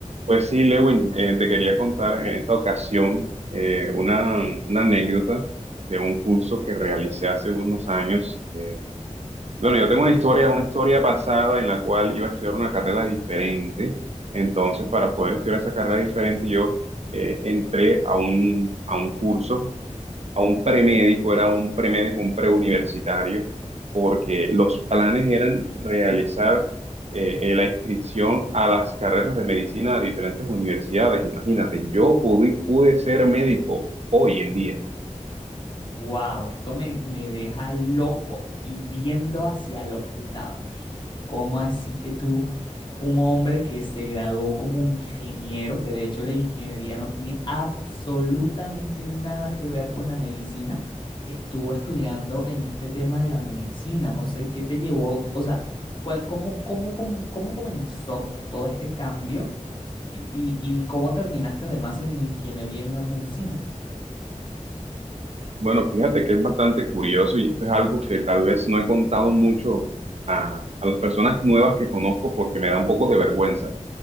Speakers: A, on the right (about 55°); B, on the left (about 40°).
A: Pues sí, Lewin, eh, te quería contar en esta ocasión eh, una, una anécdota de un curso que realicé hace unos años. Eh, bueno, yo tengo una historia, una historia pasada en la cual iba a estudiar una carrera diferente. Entonces, para poder estudiar esa carrera diferente, yo eh, entré a un, a un curso a un premédico, era un premédico, un preuniversitario, porque los planes eran realizar eh, eh, la inscripción a las carreras de medicina de diferentes universidades. Imagínate, yo pude, pude ser médico hoy en día.
B: Wow, esto me, me deja loco y viendo hacia los lados. ¿Cómo así que tú, un hombre que se graduó como ingeniero, que de hecho la ingeniería no tiene absolutamente nada que ver con la medicina, estuvo estudiando en este tema de la medicina? José, ¿qué te llevó? O sea, ¿cuál, cómo, cómo, cómo, cómo comenzó todo este cambio y, y, y cómo terminaste además en ingeniería y no en medicina?
A: Bueno, fíjate que es bastante curioso y esto es algo que tal vez no he contado mucho a, a las personas nuevas que conozco porque me da un poco de vergüenza.